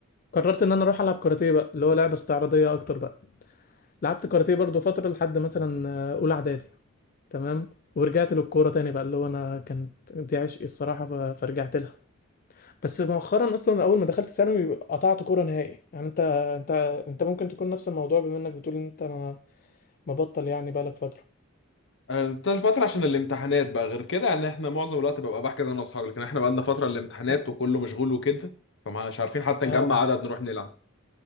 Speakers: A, on the left (about 40°); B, on the left (about 60°).
A: قررت ان انا اروح العب كاراتيه بقى اللي هو لعبة استعراضية اكتر بقى لعبت كاراتيه برضو فترة لحد مثلا آه، اولى اعدادي تمام ورجعت للكوره تاني بقى اللي هو انا كانت دي عشقي الصراحه ف- فرجعت لها بس مؤخرا اصلا اول ما دخلت ثانوي قطعت كوره نهائي يعني انت انت انت ممكن تكون نفس الموضوع بما انك بتقول ان انت ما مبطل يعني بقالك فتره
B: آه، طول فترة عشان الامتحانات بقى غير كده يعني احنا معظم الوقت ببقى بحجز انا واصحابي لكن احنا بقى لنا فترة الامتحانات
A: <laughs>
B: وكله مشغول وكده فمش عارفين حتى نجمع
A: اه
B: عدد نروح نلعب